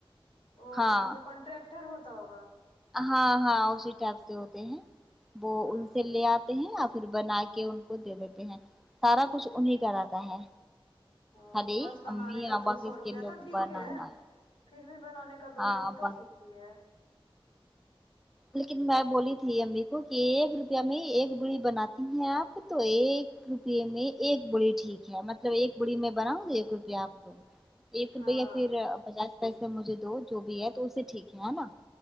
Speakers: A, on the left; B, in the centre.
A: او
B: ہاں
A: مطلب کانٹریکٹر ہوتا ہوگا
B: ہاں ہاں
A: اس
B: ا <unintelligible> بھی ہوتے ہیں وہ
A: ہاں
B: ان سے لے آتے ہیں یا پھر بنا کے ان کو دے دیتے ہیں سارا کچھ انہیں کا رہتا ہے
A: ہمم
B: خالی
A: بس بنانے
B: امی
A: کا
B: ابا
A: دو سو
B: کے
A: روپیہ
B: کے لوگ
A: تو ٹھیک
B: بنانا
A: ہے پھر بھی بنانے کا دو
B: ہاں
A: سو
B: ابا
A: تو ٹھیک ہی ہے
B: لیکن میں بولی تھی امی کو کہ ایک روپیہ میں ایک بیڑی بناتی ہیں آپ تو ایک روپے میں ایک بڑی ٹھیک ہے مطلب ایک بڑی میں بناؤں ایک روپیہ آپ
A: <inaudible>
B: دو ایک روپے
A: ہاں
B: یا پھر پچاس پیسے مجھے دو جو بھی ہے تو اس سے ٹھیک ہے ہے نا